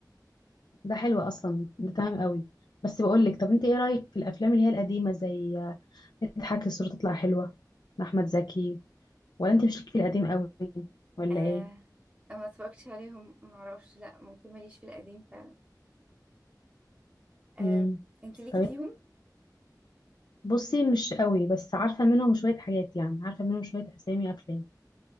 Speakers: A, on the left; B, on the right.
A: ده حلو اصلا ده تمام قوي بس بقولك طب انت ايه رأيك في الافلام اللي هي القديمة زي آه، اضحك الصورة تطلع حلوة احمد زكي ولا انت مش ليك في القديم قوي ولا
B: أه...
A: ايه؟
B: ما اتفرجتش عليهم معرفش لا ممكن ماليش في القديم فعلا أه...
A: مم.
B: انت ليكي
A: طب
B: فيهم
A: بصي مش قوي بس عارفة منهم شوية حاجات يعني عارفة منهم شوية اسامي افلام